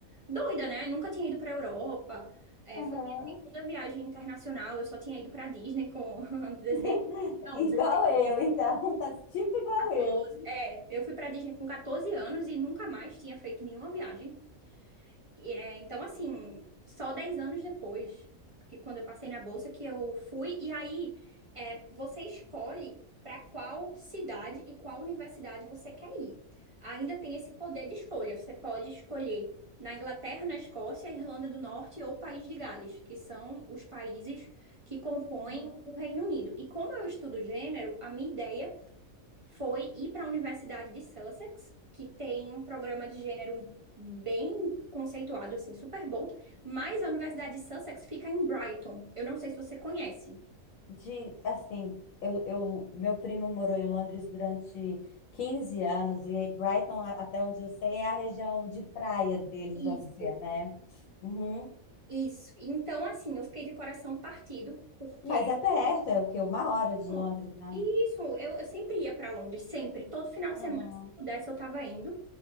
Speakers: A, on the right; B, on the left.
A: doida, né? Nunca tinha ido pra Europa. É,
B: Aham.
A: foi minha segunda viagem internacional, eu só tinha ido pra Disney com <laughs> 16
B: <laughs>
A: não,
B: Igual
A: 16,
B: eu, então, <laughs> tá tipo igual
A: 14.
B: eu.
A: É, eu fui pra Disney com 14 anos e nunca mais tinha feito nenhuma viagem. E, é, então, assim, só 10 anos depois, que quando eu passei na bolsa, que eu fui, e aí é, você escolhe para qual cidade e qual universidade você quer ir. Ainda tem esse poder de escolha. Você pode escolher na Inglaterra, na Escócia, Irlanda do Norte ou País de Gales, que são os países que compõem
B: Uhum.
A: o Reino Unido. E como eu estudo gênero, a minha ideia foi ir para a Universidade de Sussex, que tem um programa de gênero bem conceituado, assim, super bom. Mas a Universidade de Sussex fica em Brighton. Eu não sei se você conhece.
B: De, assim, eu, eu- meu primo morou em Londres durante 15 anos e Brighton, a- até onde eu sei, é a região de praia deles, vamos
A: Isso,
B: dizer, né? Uhum.
A: isso. Então, assim, eu fiquei de coração partido, porque.
B: Mas é perto, é o quê? Uma hora de
A: Bom,
B: Londres, né?
A: isso, eu, eu sempre ia para Londres, sempre. Todo final de
B: Uhum.
A: semana, se pudesse, eu estava indo.